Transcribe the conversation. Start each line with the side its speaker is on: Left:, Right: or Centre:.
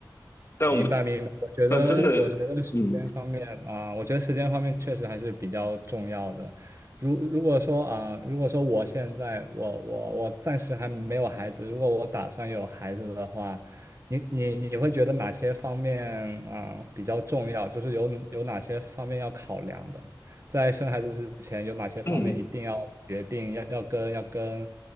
Left: 但我们
Right: 明白明白，我觉得我觉得时间方面啊、
Left: 但真的嗯
Right: 我觉得时间方面确实还是比较重要的。如如果说啊、如果说我现在我我我暂时还没有孩子，如果我打算有孩子的话，你你你会觉得哪些方面啊、比较重要？就是有有哪些方面要考量的？在生孩子之前，有哪些方面一定要决定要要跟要跟
Left: 嗯。